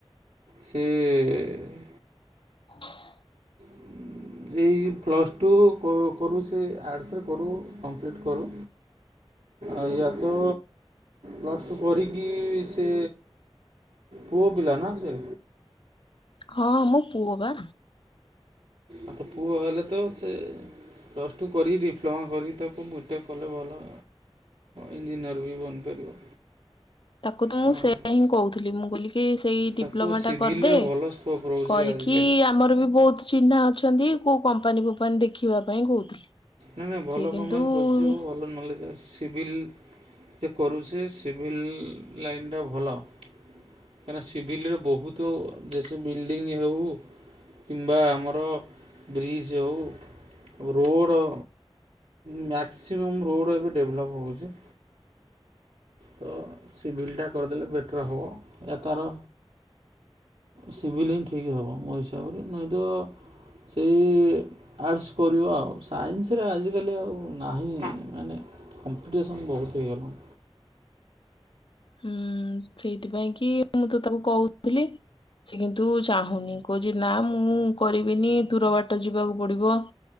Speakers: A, on the right; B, on the left.
A: <unintelligible>
B: ହ।
A: <unintelligible> ଏଇ ପ୍ଲସ୍ ଟୁ କରୁ ସେ ଆର୍ଟ୍ସ୍ ରେ କରୁ କମ୍ପ୍ଲିଟ କରୁ। ଆ ୟା ତ ପ୍ଲସ ଟୁ କରିକି ସେ ପୁଅ ପିଲା ନା ସେ?
B: ହଁ ମୋ ପୁଅ ବା।
A: ଆ ତ ପୁଅ ହେଲେ ତ ସେ ପ୍ଲସ୍ ଟୁ କରି ଡିପ୍ଲୋମା କରି ତାକୁ ବିଟେକ୍ କଲେ ଭଲ। ଇଞ୍ଜିନିୟର ବି ବନିପାରିବ।
B: ତାକୁ ତ
A: ହଁ
B: ମୁଁ ସେୟା ହିଁ କହୁଥିଲି, ମୁଁ କଇଲି କି ସେଇ
A: ତାକୁ
B: ଡିପ୍ଲୋମା
A: ସିଭିଲରେ
B: ଟା କରିଦେ,
A: ଭଲ ସ୍କୋପ୍ ରହୁଛି
B: କରିକି
A: ଆଜିକାଲି।
B: ଆମର ବି ବହୁତ୍ ଚିହ୍ନା ଅଛ ଅଛନ୍ତି କୋଉ କମ୍ପାନୀ ଫପାନୀ ଦେଖିବା ପାଇଁ କହୁଥିଲି।
A: ନାଇଁ-ନାଇଁ ଭଲ
B: ସିଏ କିନ୍ତୁ
A: କମ୍ପାନୀ
B: ଉଁ
A: ପଶିଯିବ ଭଲ ନଲେଜ୍ ଅଛି। ସିଭିଲ୍ ସେ କରୁସେ ସିଭିଲ୍ ଲାଇନ୍ଟା ଭଲ। କାଇଁନା ସିଭିଲ୍ ରେ ବହୁତୁ ଯେସେ ବିଲ୍ଡିଙ୍ଗ ହେଉ କିମ୍ବା ଆମର ବ୍ରିଜ୍ ହେଉ ରୋଡ଼। ମ୍ୟାକ୍ସିମମ୍ ରୋଡ଼ ଏବେ ଡେଭଲପ୍ ହେଉଚି। ତ ସିଭିଲ୍ଟା କରିଦେଲେ ବେଟର୍ ହବ, ୟା ତାର ସିଭିଲ୍ ହିଁ ଠିକ୍ ହବ ମୋ ହିସାବରେ, ନାଇଁ ତ ସେଇ ଆର୍ଟ୍ସ୍ କରିବ ଆଉ, ସାଇନ୍ସ ରେ ଆଜିକାଲି ଆଉ ନାହିଁ ମାନେ କମ୍ପିଟେସନ୍ ବହୁତ୍ ହେଇଗଲାଣି।
B: ହୁଁ ସେଇଥିପାଇଁ କି ମୁଁ ତ ତାକୁ କହୁଥିଲି ସେ କିନ୍ତୁ ଚାହୁଁନି, କହୁଚି ନା ମୁଁ କରିବିନି ଦୂର ବାଟ ଯିବାକୁ ପଡିବ।